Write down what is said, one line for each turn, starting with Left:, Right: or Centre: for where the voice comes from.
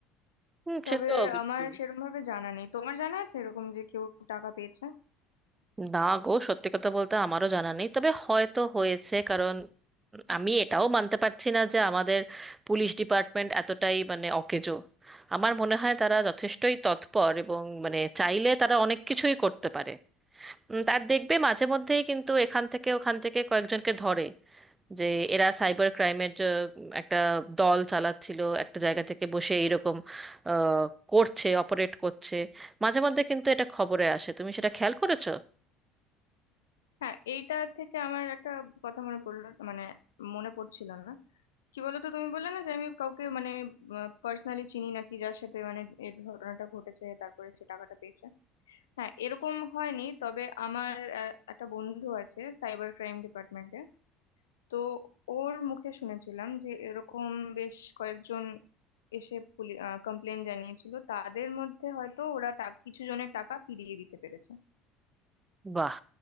Right: হুম
Left: তবে
Right: সে তো অবশ্যই
Left: আমার সেরকম ভাবে জানা নেই তোমার জানা আছে এরকম যে কেউ টাকা পেয়েছে
Right: না গো সত্যি কথা বলতে আমারও জানা নেই তবে হয়তো হয়েছে কারণ আমি এটাও মানতে পারছি না যে আমাদের পুলিশ ডিপার্টমেন্ট এতটাই মানে অকেজো আমার মনে হয় তারা যথেষ্টই তৎপর এবং মানে চাইলে তারা অনেক কিছুই করতে পারে উম, তার দেখবে মাঝে মধ্যেই কিন্তু এখান থেকে ওখান থেকে কয়েকজনকে ধরে যে এরা সাইবার ক্রাইমের যে উম, একটা দল চালাচ্ছিল একটা জায়গা থেকে বসে এইরকম আহ, করছে অপারেট করছে মাঝে মধ্যে কিন্তু এটা খবরে আসে তুমি সেটা খেয়াল করেছো
Left: হ্যাঁ এইটা থেকে আমার একটা কথা মনে পড়লো মানে মনে পড়ছিল না কি বলতো তুমি বললে না যে আমি কাউকে মানে পার্সোনালি চিনি নাকি যার সাথে মানে এই ঘটনাটা ঘটেছে তারপরে সে টাকাটা পেয়েছে হ্যাঁ এরকম হয়নি তবে আমার আহ, একটা বন্ধু আছে সাইবার ক্রাইম ডিপার্টমেন্টে তো ওর মুখে শুনেছিলাম যে এরকম বেশ কয়েকজন এসে কমপ্লেন জানিয়েছিল তাদের মধ্যে হয়তো ওরা টা- কিছু জনের টাকা ফিরিয়ে দিতে পেরেছে
Right: বাহ